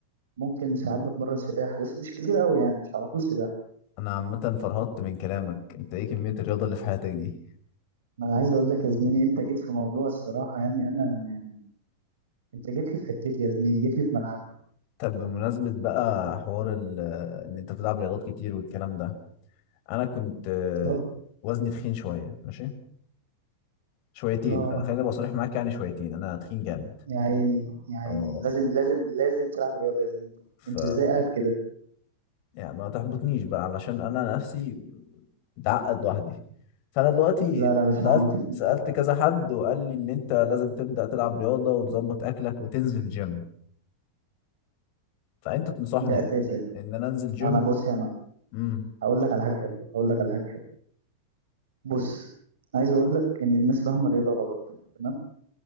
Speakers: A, on the right; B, on the left.
A: ممكن ساعات بتمرن سباحة بس مش كتير قوي يعني مش على طول سباحة
B: انا عامة فرهطت من كلامك انت ايه كمية الرياضة اللي في حياتك دي
A: ما أنا عايز أقول لك يا زميلي أنت جيت في موضوع الصراحة يعني أنا يعني أنت جيت لي في حتتي يا زميلي جيت لي في ملعبي
B: طب بمناسبة بقى حوار ال- ان انت بتلعب رياضات كتير والكلام ده انا كنت آه،
A: اتفضل.
B: وزني تخين شوية ماشي شويتين
A: اه
B: خ- خليني ابقى صريح معاك يعني شويتين انا تخين جامد
A: يا عيني يا عيني
B: اه
A: لازم لازم لازم تلعب رياضة يا زميلي
B: ف
A: انت ازاي قاعد كده
B: يعني ما تحبطنيش بقى علشان انا نفسي متعقد لوحدي فانا دلوقتي
A: لا لا مش ههبط
B: سألت سألت
A: مش ههبط
B: كذا حد وقال لي ان انت لازم تبدأ تلعب رياضة وتظبط اكلك وتنزل جيم فانت تنصحني
A: ده اساسي
B: ان انا انزل جيم
A: انا بص يا معلم
B: امم
A: هقول لك على حاجة حلوة هقول لك على حاجة حلوة بص عايز اقول لك ان الناس فاهمة الرياضة غلط تمام